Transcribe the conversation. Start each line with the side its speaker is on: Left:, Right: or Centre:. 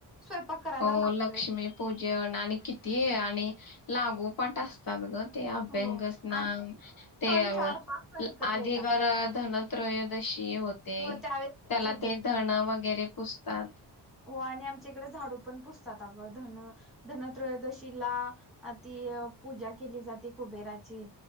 Centre: स्वयंपाक करायला
Left: हो
Centre: लागतोय
Left: लक्ष्मी पूजा आणि कि ती आणि लागोपाट असतात गत. ते अभ्यंग
Centre: हो
Left: स्नान
Centre: आणि
Left: ते
Centre: सण
Left: अ
Centre: चार पाच सण एकत्र
Left: अधिकार
Centre: येतात आता
Left: धन. त्रयोदशी. हो होते
Centre: तू त्यावेळेस
Left: ते
Centre: पूजा
Left: धण वगैरे पुस्तात.
Centre: हो आणि आमच्या इकडे झाडू पण पुजतात, अगं धन धनत्रयोदशीला आ ती पूजा केली जाते कुबेराची.